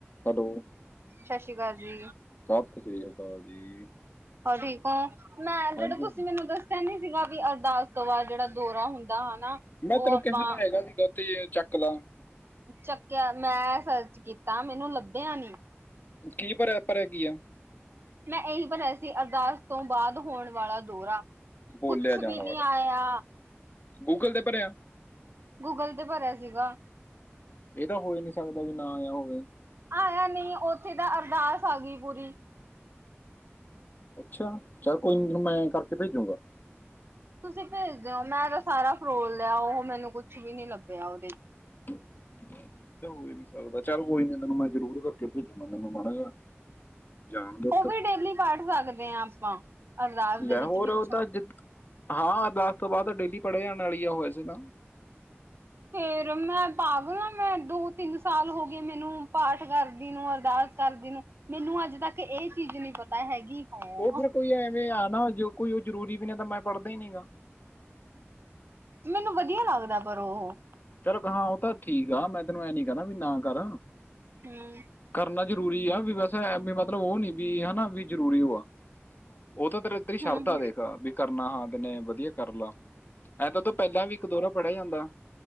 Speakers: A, on the left; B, on the right.
A: Hello.
B: ਸਸ ਸ੍ਰੀ ਕਾਲ ਜੀ।
A: ਸਤਿ ਸ੍ਰੀ ਅਕਾਲ ਜੀ।
B: ਹੋਰ ਠੀਕ ਓ, ਮੈਂ
A: ਹਾਂਜੀ
B: ਜੇੜੇ ਤੂਸੀਂ
A: ਹਾਂ,
B: ਮੈਨੂੰ ਦੱਸ ਦਸੇਆ ਨੀ ਸੀਗਾ ਵੀ ਅਰਦਾਸ ਤੋਂ ਬਾਦ ਜੇੜਾ ਦੌਰਾ ਹੁੰਦਾ ਹਨਾ
A: ਮੈਂ
B: ਉਹ
A: ਤੈਨੂੰ
B: ਆਪਾਂ
A: ਕਿਹਾ ਤਾਂ ਹੈਗਾ ਸੀਗਾ ਤੇ ਚੱਕ ਲੋ।
B: ਚੱਕੇਆ ਮੈਂ ਸਰਚ ਕੀਤਾ ਮੈਨੂੰ ਲੱਭਿਆ ਨੀ।
A: ਕੀ ਭਰੇਆ, ਭਰੇਆ ਕੀ ਆ?
B: ਮੈਂ ਏਹੀ ਭਰਿਆ ਸੀ ਅਰਦਾਸ ਤੋਂ ਬਾਦ ਹੋਣ ਵਾਲਾ ਦੌਰਾ।
A: ਬੋਲੇਆ
B: ਕੁਛ
A: ਜਾਣ
B: ਵੀ
A: ਵਾਲਾ,
B: ਨੀ ਆਇਆ
A: ਗੂਗਲ ਤੇ ਭਰੇਆ?
B: ਗੂਗਲ ਤੇ ਭਰੇਆ ਸੀਗਾ।
A: ਏ ਤਾਂ ਹੋ ਈ ਨੀ ਸਕਦਾ ਵੀ ਨਾ ਆਯਾ ਹੋਵੇ।
B: ਆਯਾ ਨੀ ਓਥੇ ਤਾ ਅਰਦਾਸ ਆਗੀ ਪੂਰੀ।
A: ਅੱਛਾ, ਚੱਲ ਕੋਈ ਨੀ ਤੇਨੂ ਮੈਂ ਕਾਰਕੇ ਭੇਜੂਗਾਂ।
B: ਤੁਸੀਂ ਭੇਜ ਦੋ ਮੈਂ ਤਾ ਸਾਰਾ ਫਰੋਲ ਲੇਆ ਉਹ ਮੈਨੂੰ ਕੁਛ ਵੀ ਨੀ ਲੱਭੇਆ ਓਦੇ ਚ।
A: <inaudible> ਏ ਤੇ ਹੋਈ ਨੀ ਸਕਦਾ, ਚੱਲ ਕੋਈ ਨੀ ਤੈਨੂੰ ਮੈਂ ਜਰੂਰ ਕਾਰਕੇ ਭੇਜੂਂਗਾ ਮੈਨੂੰ ਮਾੜਾ ਜਾ ਜਾਣ ਦੋ।
B: ਓ ਵੀ ਡੇਲੀ ਪਢ ਸਕਦੇ ਆ ਆਪਾਂ? ਅਰਦਾਸ ਦੇ
A: ਲੈ
B: ਵਿੱਚ
A: ਹੋਰ,
B: ਪਿੱਛੋਂ।
A: ਓ ਤਾ ਜ ਹਾਂ ਅਰਦਾਸ ਤੋਂ ਬਾਦ ਡੇਲੀ ਪਢੇ ਜਾਣ ਆਲੀ ਆ ਓ ਵੈਸੇ ਤਾ।
B: ਫੇਰ ਮੈਂ ਪਾਗਲ ਆ ਮੈਂ ਦੋ-ਤਿੰਨ ਸਾਲ ਹੋ ਗਏ ਮੈਨੂੰ ਪਾਠ ਕਾਰਦੀ ਨੂੰ ਅਰਦਾਸ ਕਾਰਦੀ ਨੂੰ ਮੈਨੂੰ ਅੱਜ ਤੱਕ ਏ ਚੀਜ ਨੀ ਪਤਾ ਹੈਗੀ। ਹਾਂ
A: ਓ ਫੇਰ ਕੋਈ ਐਵੇਂ ਆ ਨਾ ਜੋ ਕੋਈ ਓ ਜਰੂਰੀ ਵੀ ਨੀ ਤਾਂ ਮੈਂ ਪਢਦਾ ਈ ਨੀ ਗਾ।
B: ਮੈਨੂੰ ਵਦੀਆ ਲਾੱਗਦਾ ਪਰ ਓਹ।
A: ਚੱਲ ਗਾ ਓ ਤਾਂ ਠੀਕ ਆ ਮੈਂ ਤੈਨੂੰ ਐ ਨੀ ਕੈਂਦਾ ਵੀ ਨਾ ਕਰ,
B: ਹਮ
A: ਕਰਨਾ ਜਰੂਰੀ ਆ ਵੀ ਵੈਸ ਐ ਵੀ ਮਤਲਬ ਓ ਨੀ ਵੀ ਹਨਾ ਵੀ ਜਰੂਰੀ ਓ ਆ, ਓ ਤਾਂ ਤੇਰੇ ਤੇਰੀ
B: ਹਮ
A: ਸ਼ਰਧਾ ਦੇਖ, ਵੀ ਕਰਨਾ ਹਾਂ ਮੈਨੇ ਵਧੀਆ ਕਾਰ ਲਾ। ਐ ਤਾਂ ਤ ਪਹਿਲਾਂ ਵੀ ਇੱਕ ਦੋਹਰਾ ਪੜ੍ਹਿਆ ਜਾਂਦਾ।